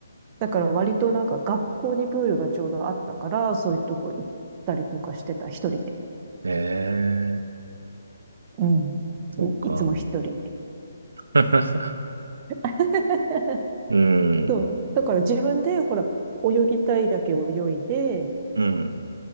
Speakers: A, on the right; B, on the right.
A: だから割となんか学校にプールがちょうどあったから、そういうとこ行ったりとかしてた、一人で。
B: ええ
A: うん。
B: そっか。
A: うんいつも一人。
B: <laughs>
A: <laughs>
B: うん、
A: そう。だから自分で、ほら、泳ぎたいだけ泳いで、
B: うん、